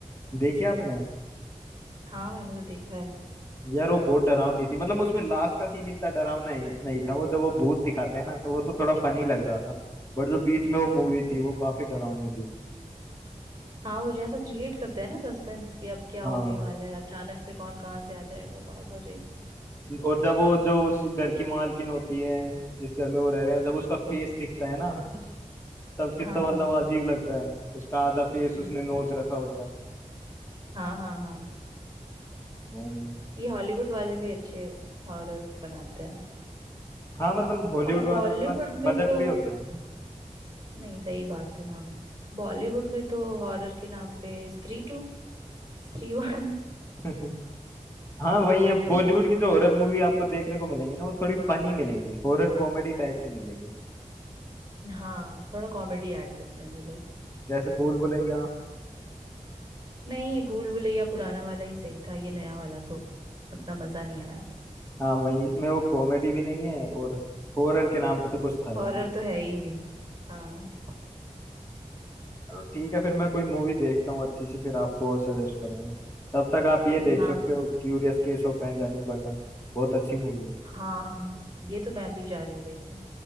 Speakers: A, on the left (about 20°); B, on the right (about 25°).
A: देखिए आपने
B: हाँ मैंने तो देखा है
A: यार वो बहुत डरावनी थी मतलब उसमें लास्ट का सीन इतना डरावना ही नहीं था वो जब वो भूत दिखाते हैं ना तो वो तो थोड़ा फनी लग रहा था बट जो बीच में वो मूवी थी वो काफी डरावनी थी
B: हाँ वो जैसा क्रिएट करते हैं ना सस्पेंस कि अब क्या
A: हाँ
B: होने वाला है अचानक से कौन कहाँ से आ जाएगा बाबा रे
A: और जब वो जो उस घर की मालकिन होती है जिस घर में वो रह रहे हैं जब उसका फेस दिखता है ना तब कितना
B: हाँ
A: मतलब अजीब लगता है उसका आधा फेस
B: हम्म।
A: उसने नोच रखा होता है
B: हाँ हाँ हाँ
A: हम्म।
B: ये हॉलीवुड वाले भी अच्छे हॉरर बनाते हैं
A: हाँ मतलब हॉलीवुड
B: और
A: वालों
B: बॉलीवुड
A: के पास
B: में
A: बजट
B: तो
A: भी होता है ना
B: नहीं सही बात है हाँ बॉलीवुड में तो हॉरर के नाम पे स्त्री टू स्त्री वन
A: <laughs> हाँ वही है
B: <laughs>
A: बॉलीवुड की जो हॉरर मूवी आपको देखने को मिलेंगी ना वो थोड़ी फनी मिलेंगी हॉरर कॉमेडी टाइप की मिलेंगी
B: हाँ थोड़ा कॉमेडी ऐड करते हैं ये लोग
A: जैसे भूल भुलैया
B: नहीं भूल भुलैया पुराना वाला ही सही था ये नया वाला तो उतना मजा नहीं आया
A: हाँ वही इसमें वो कॉमेडी भी नहीं है और हॉरर के नाम पे तो कुछ था ही
B: हॉरर तो है ही नहीं हाँ
A: चलो ठीक है फिर मैं कोई मूवी देखता हूँ अच्छी सी फिर आपको और सजेस्ट करूंगा तब तक आप ये देख
B: हाँ
A: सकते हो curious case of Benjamin Button बहुत अच्छी मूवी है
B: हाँ हाँ हाँ ये तो मैं अभी जा रही हूँ देखने